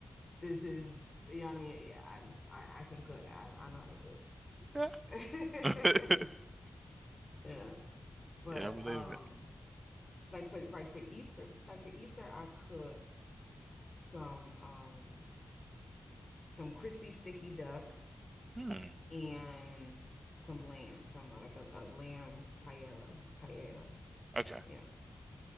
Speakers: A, on the left (about 35°); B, on the right (about 45°).
A: this is you know what I mean? Yeah, I I, I can cook. I, I know how to cook.
B: Yeah.
A: <laughs>
B: <laughs>
A: Yeah. But
B: Yeah, I believe
A: um
B: it.
A: like for like for Easter, like for Easter I cooked some um some crispy sticky duck
B: Hmm.
A: and some lamb, some uh, like a, a lamb paella, paella.
B: Okay.
A: Yeah.